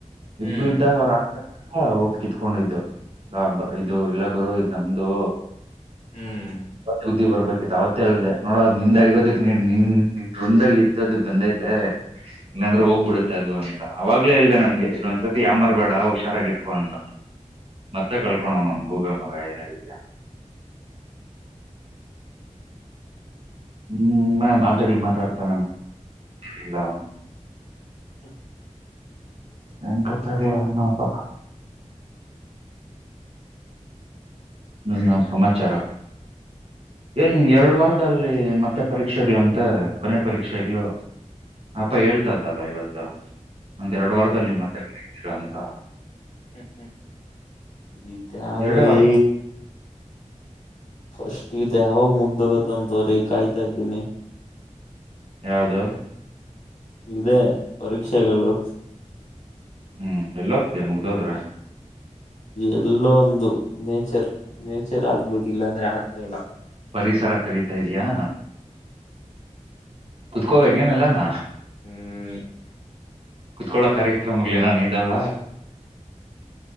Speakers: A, on the left; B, on the right.
A: ಹ್ಮ್
B: ಇಬ್ರು ಇದ್ದಾಗ ಅವ್್ರ ಆ ಹ ಹೋಗ್ ಕಿತ್ಕೊಂಡಿದ್ದು ಇದು ಇಲ್ಲ ಗುರು ಇದ್ ನಮ್ದು
A: ಹ್ಮ್
B: ಬುದ್ದಿ ಬರ್ಬೇಕಿತ್ ಅವತ್ತೇ ಅಲ್ದೆ ನೋಡೋ ಅದ್ ನಿಂದಾಗಿರೋದಕ್ ನಿನ್ ನಿನ್ ರುಂಡಲ್ಲಿ ಇತ್ತೋದಕ್ ಬಂದೈತೆ ಇಲ್ಲಾಂದ್ರೆ ಹೋಗ್ಬಿಡುತ್ತೆ ಅದು ಅಂತ ಅವಾಗ್ಲೇ ಹೇಳ್ದ ನನ್ಗೆ ಇದೊಂದ್ಸರ್ತಿ ಯಾವ ಮಾರ್ಬೇಡ ಹುಷಾರಾಗಿ ಇಟ್ಕೊ ಅಂತ ಮತ್ತೆ ಕಳ್ಕೋಣ ನನ್ ಗೂಬೆ ಮಗ ಏನ್ಿದಯಾ ಹ್ಮ್
A: ಹ್ಮ್
B: ಮ ಮಾತಾಗ ಮಾತಾಡ್ತಾನ ಎಲ್ಲ
A: ಹ್ಮ
B: ಎಂಗತಡಲಣಪ ನನ್ನ ಸಮಾಚಾರ ಏನ್ನ್ ಎರಡು ವಾರದಲ್ಲಿ ಮತ್ತೆ ಪರೀಕ್ಷೆಗ್ಗಳಂತೆ ಕೊನೆ ಪರೀಕ್ಷೆಗ್ಗಳು ಅಪ್ಪ ಹೇಳ್ತಾ ಇದ್ದಲ್ಲ ಇವತ್ತು ಒಂದ್ೆರಡು ವಾರದಲ್ಲಿ ನೀವು್ ಮತ್ತೆ ಬತೀರಾ ಅಂತ
A: ಹ ಈತ್ತ
B: ಎರಡೇ ವಾರ
A: ಈ ಫಸ್ಟ್ ಇದು ಯಾವ ಮುಗ್ದ ಗೊತ್ತಂತ ರೀ ಕಾಯ್ತಾ ಇದ್ದೀನಿ
B: ಯಾವದು
A: ಇದೇ ಪರೀಕ್ಷೆಗಳು
B: ಹ್ಮ್ ಎಲ್ಲ ಹೋಗ್ತಯ ಮುಗ್ದೋದ್ರ
A: ಎಲ್ಲ ಒಂದು ನೇಚರ್ ನೇಚರ್ ಆಗ್ಬೇಕ ಇಲ್ಲಾಂದ್ರೆ ಆಗ್ತಾ ಇಲ್ಲ
B: ಪರಿಸರ ಕರತಾ ಇದ್ಯಾಾ ಕುತ್ಕೋಬೇಕ ಏನಲ್ಲಾನ
A: ಹ
B: ಕುತ್ಕಳೋ ಕಾರ್ಯಕ್ರಮಗಳೇನಾನ ಇದ್ದಾವ